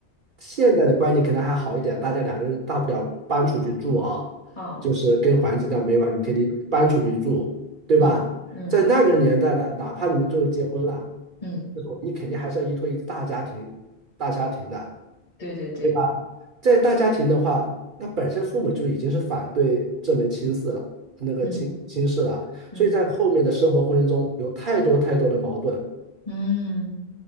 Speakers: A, on the right; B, on the left.
A: 现在的观念可能还好一点，大家两个人大不了搬出去住啊，
B: 啊、
A: 就是跟环境上没完，你可以搬出去住，对吧？
B: 嗯嗯
A: 在那个年代了，哪怕你们就后结婚了，
B: 嗯，
A: 这种你肯定还是要依托于大家庭、大家庭的。
B: 对对对，
A: 对吧？在大家庭的话，那本身父母就已经是反对这门亲事了，那个亲亲事了，
B: 嗯嗯
A: 所以在后面的生活过程中有太多太多的矛盾，
B: 嗯。